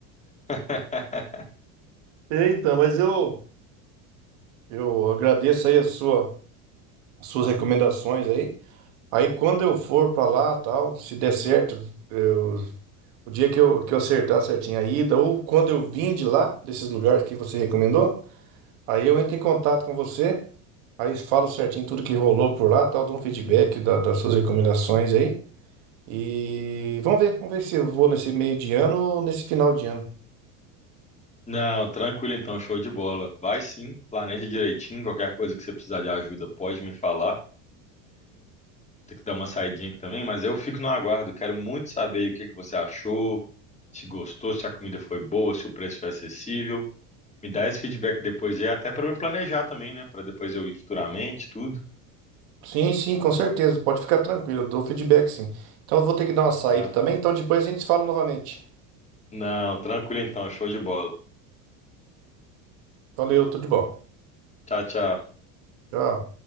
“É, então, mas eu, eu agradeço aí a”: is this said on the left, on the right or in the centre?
Right